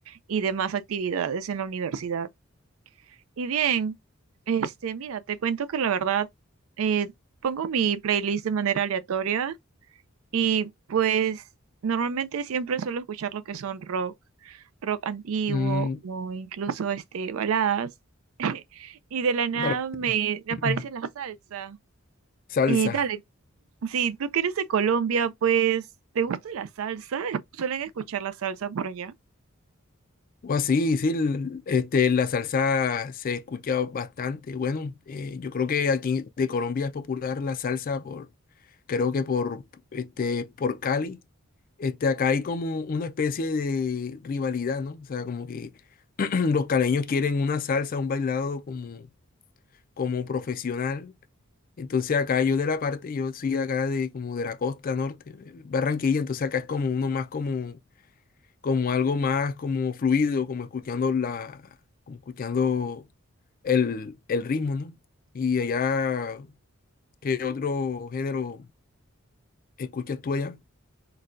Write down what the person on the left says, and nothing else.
Mm,
bueno,
<clears throat>
salsa.
O así, sí, l- este, la salsa se escucha bastante. Bueno, eh, yo creo que aquí de Colombia es popular la salsa por, creo que por, este, por Cali. Este, acá hay como una especie de rivalidad, ¿no? O sea, como que <clears throat> los caleños quieren una salsa, un bailado como como profesional. Entonces acá yo de la parte, yo soy acá de como de la costa norte, eh, Barranquilla, entonces acá es como uno más como, como algo más como fluido, como escuchando la, como escuchando el, el ritmo, ¿no? Y allá, ¿qué otro género escuchas tú allá?